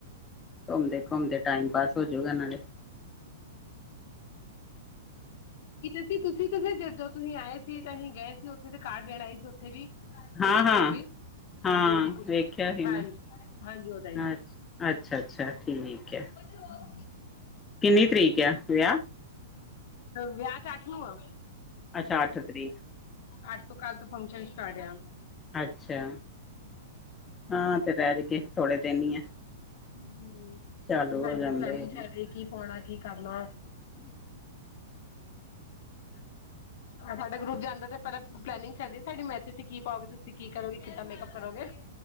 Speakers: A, on the left (about 20°); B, on the left (about 60°).
A: ਘੁੰਮਦੇ-ਘੁੰਮਦੇ, ਟਾਈਮ ਪਾਸ ਹੋਜੂਗਾ ਨਾਲੇ।
B: ਕਿਤੇ ਸੀ ਤੁਸੀਂ ਜਦੋਂ ਤੁਸੀਂ ਆਏ ਸੀ, ਤੇ ਅਸੀਂ ਗਏ ਸੀ ਉੱਥੇ ਤੇ ਕਾਰਡ ਲੈਣ ਆਏ ਸੀ ਉੱਥੇ ਵੀ ਉਹ
A: ਹਾਂ-ਹਾਂ,
B: ਦੀਦੀ ਨੂੰ ਵੀ
A: ਹਾਂ ਹਾਂ
B: ਹਾਂਜੀ ਉਹਦੀ ਕੁ
A: ਵੇਖਿਆ ਸੀ
B: ਹਾਂਜੀ-ਹਾਂਜੀ
A: ਨਾ।
B: ਓਦਾ ਈ।
A: ਅੱਛ ਅੱਛਾ-ਅੱਛਾ ਠੀਕ ਐ
B: ਹਾ,
A: ਕਿੰਨੀ ਤਰੀਕ ਐ ਵਿਆਹ?
B: ਵਿਆਹ ਤਾ ਅੱਠ ਨੂੰ ਆ।
A: ਅੱਛਾ ਅੱਠ ਤਰੀਕ।
B: ਅੱਠ ਤੋਂ ਕੱਲ ਤੋਂ ਫੰਕਸ਼ਨ ਸਟਾਟ ਆ।
A: ਅੱਛਾ, ਹਾਂ ਤੇ <unintelligible> ਥੋੜ੍ਹੇ ਦਿਨ ਹੀ ਆ।
B: ਹੂੰ
A: ਚਾਲੂ
B: ਤੇ ਸਾਡੀੇ
A: ਹੋ ਜਾਂਦੇ
B: ਪਲੈਨਿੰਗ ਚੱਲ ਰੀ ਐ, ਕੀ ਪਾਉਣਾ ਕੀ ਕਰਨਾ। ਸਾਡਾ ਗਰੁੱਪ ਜਾਂਦਾ ਤੇ ਪਹਿਲਾਂ ਪਲੈਨਿੰਗ ਚੱਲਦੀ ਸਾਡੀ ਮੈਸੇਜ ਚ ਕੀ ਪਾਓਗੇ ਤੁਸੀਂ ਕੀ ਕਰੋਗੇ, ਕਿੱਦਾਂ ਮੇਕਅਪ ਕਰੋਗੇ।